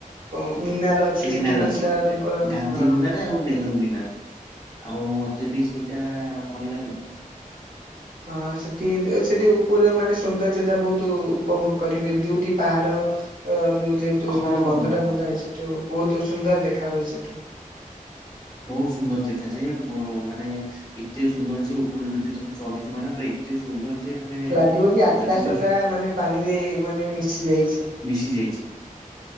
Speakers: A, on the right; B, on the left.
A: କଁ ମୀନାର ଅଛି ଅ
B: ମୀନାର
A: ସେଠି ମାନେ
B: ଅଛି
A: ତାଙ୍କର
B: ଗା ଗାନ୍ଧି
A: ହଁ
B: ମୀନାର ରେ ଆଉ ନେହେରୁ ମୀନାର ଆଉ ମତେ ବି ସେଇଟା ଭଲ ଲାଗେ।
A: ହଁ ସେଠି ଏତେ ସେଠି ଉପରେ ମାନେ ସୌନ୍ଦର୍ଯ୍ୟ ଟା ବହୁତ ଉପଭୋଗ କରିବେ ଦୁଇଟି ପାହାଡ ର ରୁ ଯେହେତୁ
B: ହଁ
A: ମାନେ ବନ୍ଧଟା
B: ହଁ ହଁ
A: ବନ୍ଧା
B: ହଁ।
A: ହେଇଛି ସେଠୁ ବହୁତ ସୁନ୍ଦର ଦେଖା ହୁଏ ସେଠୁ।
B: ବହୁତ ସୁନ୍ଦର ଦେଖାଯାଏ ମ ମାନେ ଏତେ ସୁନ୍ଦର ଯେ ଉପରକୁ ଯଦି ତମେ ଚଢିଯିବ ନା ପୁରା ଏତେ ସୁନ୍ଦର ଯେ ମାନେ
A: ଲାଗିବ କି ଆକାଶ
B: ଓଦା କିନ୍ତୁ ହି
A: ଟା ମାନେ ପାଣିରେ ମାନେ ମିଶି ଯାଇଛି।
B: ମିଶି ଯାଇଛି।